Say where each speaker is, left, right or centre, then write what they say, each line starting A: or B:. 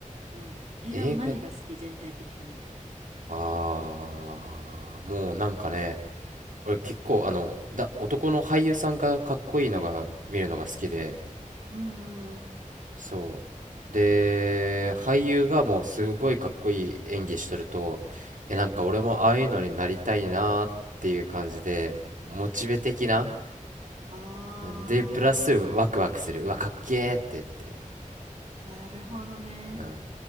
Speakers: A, on the right; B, on the right.
A: うん。映画の何が好き、
B: 映画、
A: 全体的に。
B: あー、もうなんかね、俺結構あの、だ、男の俳優さんがかっこいいのが見るのが好きで、
A: うんうんうん。
B: そう。で、俳優がもうすごいかっこいい演技しとると、え、なんか俺もああいうのになりたいなーっていう感じで、
A: うんうん。
B: モチベ的な、
A: ああ。
B: で、プラスワクワクする。うわ、かっけーって言って。
A: なるほどね。
B: うん。